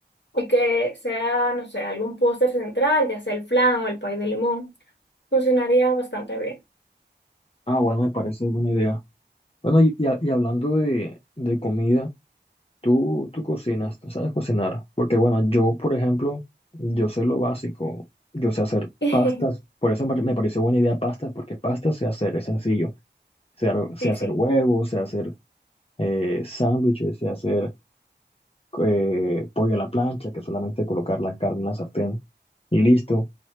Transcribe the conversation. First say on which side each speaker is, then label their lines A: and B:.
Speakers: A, on the left; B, on the left.
A: y que sea, no sé, algún postre central, ya sea el flan o el pay de limón, funcionaría bastante bien.
B: Ah, bueno, me parece buena idea. Bueno, y, y ha- y hablando de, de comida. Tú, tú cocinas, tú sabes cocinar. Porque bueno, yo, por ejemplo, yo sé lo básico. Yo sé hacer
A: <laughs>
B: pastas. Por eso me me pareció buena idea pastas, porque pastas sé hacer, es sencillo. Sé, ar- sé
A: Sí,
B: hacer
A: sí.
B: huevos, sé hacer eh, sándwiches, sé hacer eh, pollo a la plancha, que es solamente colocar la carne en la sartén y listo.